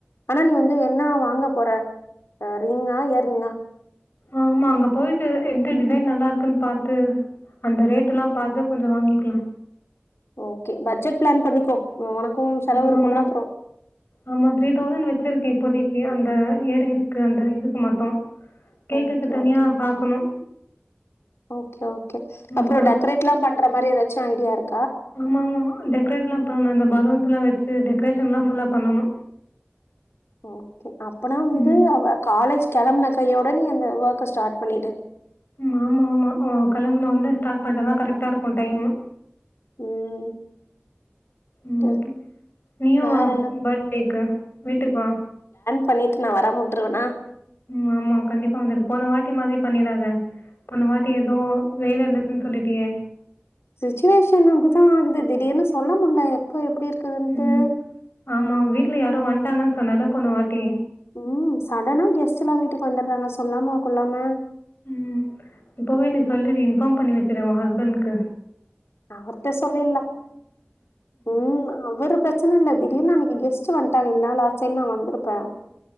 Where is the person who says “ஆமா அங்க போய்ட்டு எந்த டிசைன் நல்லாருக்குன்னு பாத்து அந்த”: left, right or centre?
Left